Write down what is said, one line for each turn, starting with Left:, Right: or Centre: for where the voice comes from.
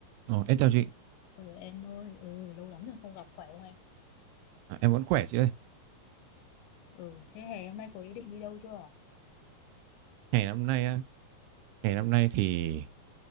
Right: Ồ, em chào chị,
Left: Ừ em ơi, ừ lâu lắm rồi không gặp khỏe không em?
Right: à, em vẫn khỏe chị ơi.
Left: Ừ thế hè hôm nay có ý định đi đâu chưa?
Right: Ngày năm nay á, ngày năm nay thì